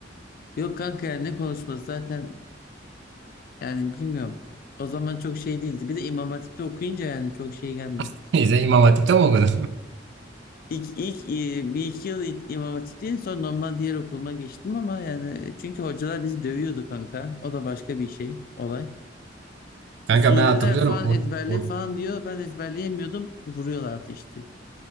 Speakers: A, on the left; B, on the right.
A: Yok kanka yani ne konuşması zaten yani bilmiyorum. O zaman çok şey değildi. Bir de İmam Hatip'te okuyunca yani çok şey gelmiyor.
B: <laughs> Neyse İmam Hatip'te mi okudun?
A: İlk, ilk e, bir iki yıl İmam Hatip'teydim sonra normal diğer okuluma geçtim ama yani çünkü hocalar bizi dövüyordu kanka. O da başka bir şey olay.
B: <laughs> Kanka
A: E, Sureler
B: ben hatırlıyorum.
A: falan
B: Or,
A: ezberli
B: or-
A: falan diyor. Ben ezberleyemiyordum. Vuruyorlardı işte.